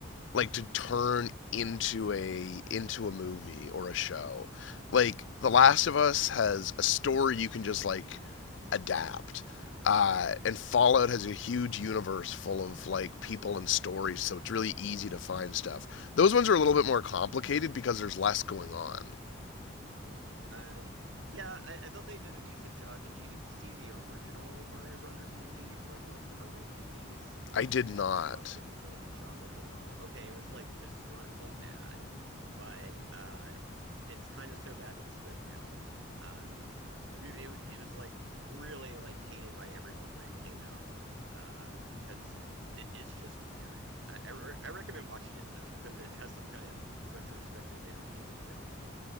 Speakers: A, on the left; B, on the right.
A: like to turn into a into a movie or a show. Like The Last of Us has a story you can just like adapt. Uh, and Fallout has a huge universe full of like people and stories, so it's really easy to find stuff. Those ones are a little bit more complicated because there's less going on.
B: Uh, yeah, I, I thought they did a decent job. Did you see the original Mario Brothers movie from like the early 90s
A: I did not.
B: with Bob Hoskins and John Leguizamo? Okay, it was like historically bad, but uh it's kind of so bad it's good now. Um the movie it, wa- it was like really like hated by everyone when it came out. Uh, because it's it, it's just weird. I, I re- I recommend watching it though because it has some kind of retrospective entertainment value.